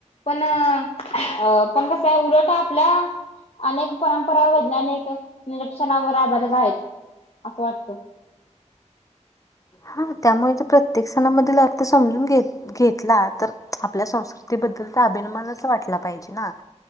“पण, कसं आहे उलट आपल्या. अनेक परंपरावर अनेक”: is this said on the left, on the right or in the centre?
Left